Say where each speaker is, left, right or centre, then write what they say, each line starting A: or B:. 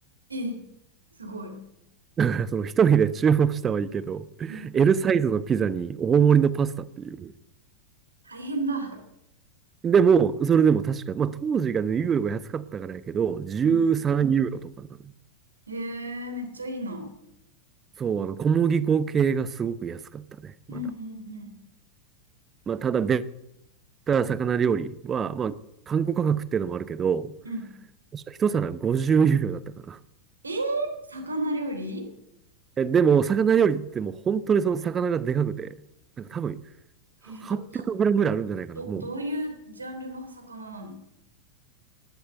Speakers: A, on the right; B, on the right.
A: え、すごい。う
B: だから、その一人で注文したはいいけど、
A: ん。
B: L サイズのピザに大盛りのパスタっていう。
A: 大変だ。
B: でも、それでも確か、まあ当時がね、ユーロが安かったからやけど、13ユーロとかなのよ。
A: うん。へえ、めっちゃいいな。
B: そう、あの、小麦粉系がすごく安かったね、
A: うんうんうん。
B: まだ。まあただ、ベタ魚料理は、まあ、観光価格っていうのもあるけど、
A: うん。
B: 確か一皿50ユーロだったかな。
A: えー、魚料理
B: え、でも、魚料理ってもう本当にその魚がでかくて、なんか多分800グラムぐらいあるんじゃないかな、
A: えー、ど、た、ど、
B: もう。
A: どういうジャンルの魚なの